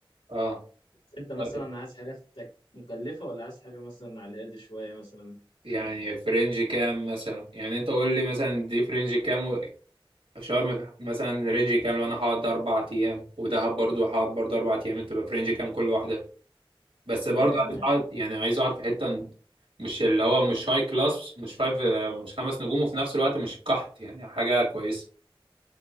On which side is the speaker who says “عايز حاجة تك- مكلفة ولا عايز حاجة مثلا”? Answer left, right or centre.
Left